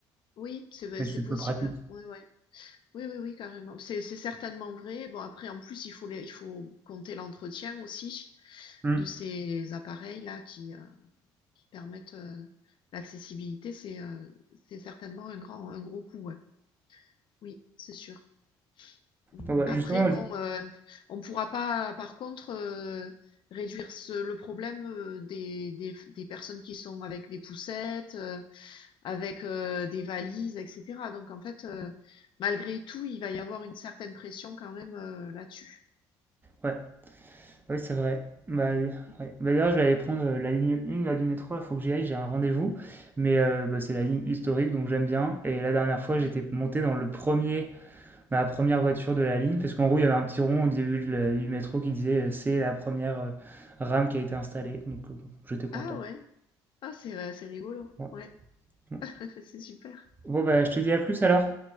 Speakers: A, on the left; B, on the right.
A: Oui, c'est v
B: Mais
A: c'est
B: c'est
A: possible.
B: peu pratique.
A: Ouais, ouais. Oui, oui, oui, carrément. C'est c'est certainement vrai. Bon après en plus, il faut les il faut compter l'entretien aussi
B: Hmm.
A: de ces appareils-là qui, qui permettent euh, l'accessibilité, c'est euh, c'est certainement un grand, un gros coup, ouais. Oui, c'est sûr. Mm.
B: Ouais,
A: Après,
B: justement,
A: bon,
B: je-
A: euh, on ne pourra pas, par contre, euh, réduire ce, le problème euh, des, des, des personnes qui sont avec des poussettes, euh, avec euh, des valises, etc. Donc, en fait, euh, malgré tout, il va y avoir une certaine pression quand même euh, là-dessus.
B: ouais, ouais, c'est vrai. Bah, oui,
A: Mm.
B: ouais. Bah, d'ailleurs, je vais aller prendre euh, la ligne 1 là, du métro, il faut que j'y aille, j'ai un rendez-vous. Mais euh, bah, c'est la ligne historique, donc j'aime bien. Et la dernière fois,
A: Ouais.
B: j'étais monté dans le premier ma première voiture de la ligne, parce qu'en gros, il y avait un petit rond au début de la- du métro qui disait euh, c'est la première euh, rame qui a été installée. Donc, euh, bon, j'étais content.
A: Ah ouais. Ah, c'est euh, c'est rigolo.
B: Ouais.
A: Ouais,
B: Bon,
A: <laughs> c'est super.
B: bon, bah, je te dis à plus alors.